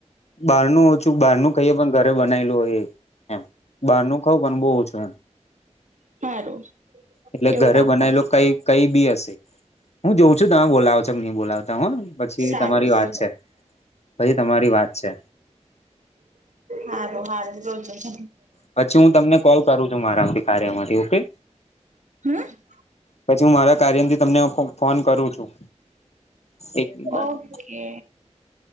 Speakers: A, on the left (about 60°); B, on the right (about 90°).
A: બહારનું ઓછું બહારનું ખઇએ પણ ઘરે બનાયલું હોય એ. એમ બારનું ખવ પણ બોવ ઓછું એમ.
B: હારું.
A: એટલે
B: એવું
A: ઘરે
B: રાખો
A: બનાયલો
B: આપડે
A: કઈ કઈ બી હશે, હું જોઉં છું તમે બોલાવો છો કે નઈ બોલાવ. ત પછી
B: સારું
A: તમારી
B: જોજો
A: વાત છે, પછી તમારી વાત છે.
B: હારું હારું જોઈ લઈશ.
A: પછી હું તમને કોલ કરું છું મારામાંથી કાર્યમાંથી ઓકે.
B: હમ.
A: પછી હું મારા કાર્યથી તમને હું ફો ફોન કરું છું, એક એટલે
B: ઓકે.